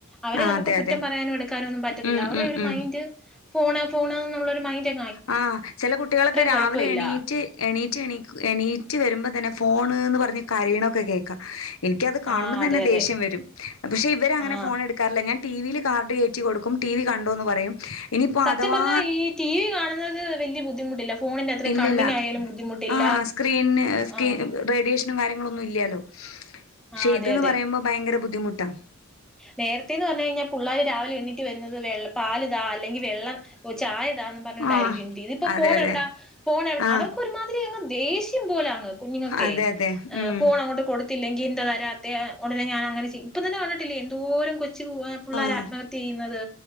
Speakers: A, in the centre; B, on the left.
A: അവരെ
B: ആഹ്
A: നമുക്ക്
B: അതെ
A: കുറ്റം
B: അതെ
A: പറയാനോ എടുക്കാനോ ഒന്നും പറ്റത്തില്ല
B: ഉം
A: അവറെ
B: ഉം
A: ഒരു
B: ഉം
A: മൈൻഡ് ഫോണ് ഫോണെന്ന്‌ പിള്ളൊര് മൈൻഡ്
B: ആ ചെല കുട്ടികളൊക്കെ രാവിലെ
A: കുഴപ്പമില്ല
B: എണീറ്റ് എണീറ്റ് എണീ എണീറ്റ് വരുമ്പോ തന്നെ ഫോണ്ന്ന് പറഞ്ഞ് കരയണൊക്കെ കേക്കാം എനിക്കത് കാണുമ്പോ
A: ആഹ്
B: തന്നെ
A: അതെ അതെ
B: ദേഷ്യം വരും. പക്ഷേ ഇവരങ്ങനെ
A: ആഹ്
B: ഫോൺ എടുക്കാറില്ല. ഞാൻ ടിവില് കാർഡ് കേറ്റി കൊടുക്കും. ടിവി കണ്ടോന്ന് പറയും. ഇനിയിപ്പോ
A: സത്യം
B: അഥവാ
A: പറഞ്ഞാ ഈ ടിവി കാണു ന്നത് വെല്ല്യ ബുദ്ധിമുട്ടില്ല. ഫോണിന്റെ അത്രയും
B: ഇല്ലില്ല
A: കണ്ണിനായാലും ബുദ്ധിമുട്ടില്ല
B: ആ സ്ക്രീന് സ്കി
A: ആഹ്
B: റേഡിയേഷ നും കാര്യങ്ങളൊന്നും ഇല്ല്യാല്ലോ. ക്ഷെ
A: ആഹ് അതെ
B: ഇത് ന്ന്
A: അതെ
B: പറയുമ്പോ ഭയങ്കര ബുദ് ദ്ധിമുട്ടാ
A: നേരത്തേന്ന് പറഞ്ഞു കഴിഞ്ഞാൽ പുള്ളാര് രാവിലെ എണീറ്റ് വരുന്നത് വെള്ള പാല് താ അല്ലെങ്കി വെള്ളം ഓ ചായതാന്ന് പറഞ്ഞോണ്ടായിരിക്കും
B: ആഹ്
A: ഇതിപ്പോ
B: അതെ
A: ഫോണെവിടാ
B: അതെ
A: ഫോണെവിടാ
B: ആഹ്
A: അവർക്കൊരുമാതിരി അങ്ങ് ദേശ്യം പോലാ കുഞ്ഞുങ്ങൾക്കെ
B: അതെ അതെ
A: ഏഹ്
B: ഉം
A: ഫോണങ്ങോട്ട് കൊടുത്തില്ലെങ്കി എന്ത <unintelligible> ഉടനെ ഞനങ്ങനെ ചെയ്യും ഇപ്പം തന്നെ <unintelligible> ട്ടിലെ എന്തോരം കൊ കൊച്ചു പുള്ളാരാ
B: ആഹ്
A: ആത്മഹത്യ ചെയ്യുന്നത്